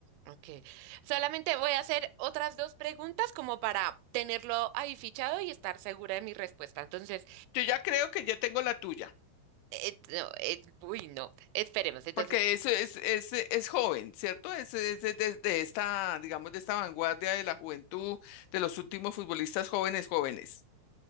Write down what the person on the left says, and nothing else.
Yo ya creo que ya tengo la tuya,
porque eso es, es, es joven, ¿cierto? Es, es de, de- de esta, digamos, de esta vanguardia de la juventud, de los últimos futbolistas jóvenes, jóvenes.